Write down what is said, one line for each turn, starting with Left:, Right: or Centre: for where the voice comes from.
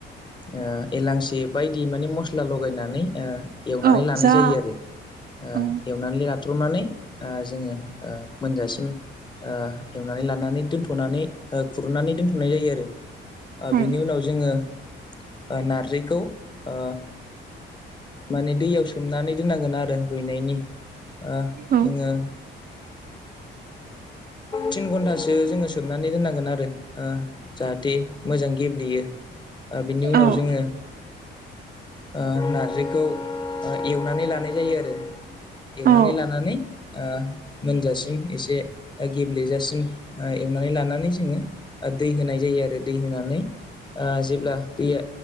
Left: ओ एलांसि बायदि माने मस्ला लगायनानै ओ एवनानै
Right: औ जा
Left: जायो आरो। ओ
Right: औ
Left: एवनानै लाथ्रमनानै ओ जोङो ओ मोनजासिम ओ एवनानै लानानै दोन्थ'नानै ओ खुरुननानै दोन्थ'नाय जायो आरो। ओ
Right: औ
Left: बेनि उनाव जोङो ओ नारजिखौ ओ माने दैयाव सोमनानै दोननांगोन आरो रुइनायनि। ओ
Right: औ
Left: जोङो टिन घन्टासो सोमनानै दोननांगोन आरो ओ जाहाथे मोजां गेब्लेयो। ओ बिनि उनाव
Right: औ
Left: जोङो ओ नारजिखौ ओ एवनानै लानाय जायो आरो एवनानै
Right: औ
Left: लानानै ओ मोनजासिम एसे ओ गेब्लेजासिम ओ एवनानै लानानै जोङो ओ दै होनाय जायो आरो दै होनानै ओ जेब्ला दैया